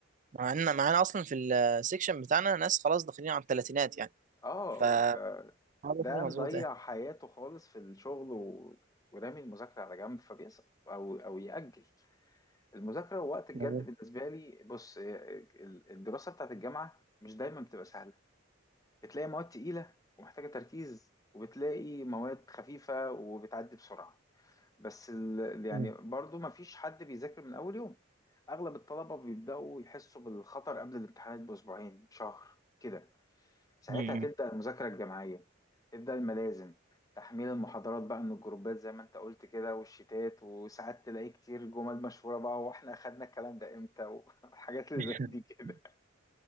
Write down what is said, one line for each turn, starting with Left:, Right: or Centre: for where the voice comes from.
Right: معانا معانا اصلا في السكشن بتاعنا ناس خلاص داخلين على الثلاثينات يعني
Left: اه
Right: ف
Left: فده
Right: هذا هو
Left: مضيع
Right: مظبوط ايه
Left: حياته خالص في الشغل و... ورامي المذاكرة على جنب فبيسقط او او يأجل المذاكرة وقت الجد
Right: مظبوط
Left: بالنسبة لي بص إيه، ال- الدراسة بتاعت الجامعة مش دايما بتبقى سهلة بتلاقي مواد تقيلة ومحتاجة تركيز وبتلاقي مواد خفيفة وبتعدي بسرعة بس ال... يعني
Right: مم.
Left: برضو مفيش حد بيذاكر من أول يوم أغلب الطلبة بيبدأوا يحسوا بالخطر قبل الامتحانات بأسبوعين بشهر كده ساعتها
Right: مم.
Left: تبدأ المذاكرة الجماعية تبدأ الملازم تحميل المحاضرات بقى من الجروبات زي ما انت قلت كده والشتات وساعات تلاقي كتير جمل مشهورة بقى واحنا اخدنا الكلام ده امتى وحاجات <laughs> اللي
Right: <laughs>
Left: زي دي كده